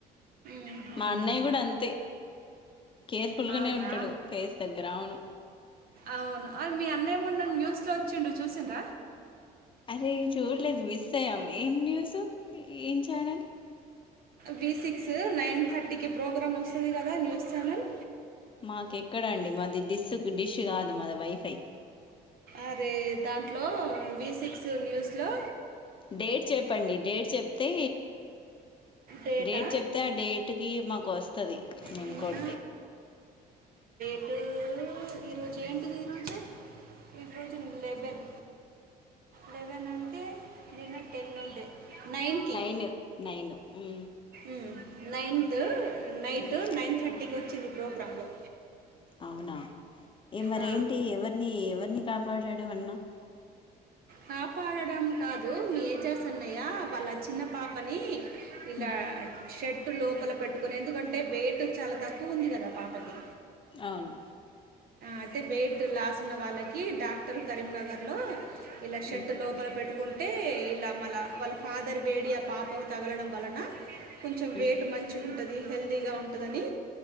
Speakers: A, on the right (about 60°); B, on the left (about 30°).
A: మ్మ్హ్మ్.
B: మా అన్నయ్య కూడా అంతే కేర్ఫుల్ గానే
A: అవునా
B: ఉంటాడు ఫేస్ దగ్గర అవును
A: అవునా అరి మీ అన్నయ్యమ న్యూస్ అలా వచ్చిండు చూసిండ
B: అరే చూడలేదు మిస్ అయ్యాము ఏం న్యూస్ ఏం ఛానల్
A: వి సిక్స్ నైన్ థర్టీకి ప్రోగ్రామ్ వస్తుంది కదా న్యూస్ ఛానల్
B: మాకెక్కడంండి మాది డిసు డిష్ కాదు మాది వైఫై
A: అరే దాంట్లో వి సిక్స్ న్యూస్ లో
B: డేట్ చెప్పండి డేట్ చెప్తే
A: డేటా
B: డేట్ చెప్తే ఆ డేట్ కి మాకు వస్తుది మేము
A: నిన్న
B: కొడితే
A: టుూ ఈరోజు ఏంటిది ఈరోజు ఈరోజు లెవెన్ లెవెన్ అంటే నిన్న టెన్ ఉండే నైన్కి
B: nine nine um
A: um నయిత్ night
B: um,
A: nine థర్టీకి వచ్చింది ప్రోగ్రామ్ంలో
B: అవునా ఏ మరేంటి
A: ఆ,
B: ఎవరిని ఎవరిని కాపాడడు అన్నా
A: కాపాడడం కాదు మీ ఏజర్స్ అన్నయ్య వాళ్ళ చిన్న పాపని ఇలా
B: ఉమ్,
A: షర్ట్ టు లోపల పెట్టుకుని ఎందుకంటే వెయిట్ చాలా తక్కువ ఉంది కదా పాపకి
B: అవును
A: అయితే వెయిట్ లాస్ ఉన్న వాళ్ళకి డాక్టర్ కరీంనగర్లో ఇలా షర్ట్
B: ఉమ్,
A: లోపల పెట్టుకు కుంటే ఇలా మళ్ళ వాళ్ళ ఫాదర్ వేడి ఆ పాపకు తగలడం వలన కొంచెం
B: ఉమ్,
A: వెయిట్ మంచిగా ఉంట ఉంటది హెల్దీగా ఉంటదని